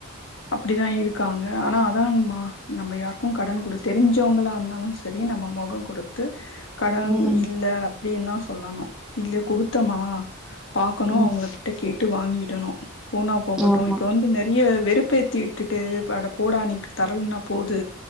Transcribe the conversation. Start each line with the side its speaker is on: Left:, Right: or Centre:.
Left: அப்டிதா இருக்காங் ஆனா அதாங்மா நம்ப யாருக்கு கடன் குடு தெரிஞ்சவங்களா இருந்தாலு சரி நம்ம முகோங் குடுத்து கடன்
Centre: ம்
Left: இல்ல அப்டின்னு தா சொல்லணு இல்லை குடுத்தமா பாக்கணு
Centre: ம்
Left: அவங்கள் ட கேட்டு வாங்கிடணு போனா போகட்டு
Centre: ஆமா
Left: இப்ப வந்து நெறய வெறுப் ப ஏத்தி விட்டுட்டு ப அட போடா நீ தரலனா போது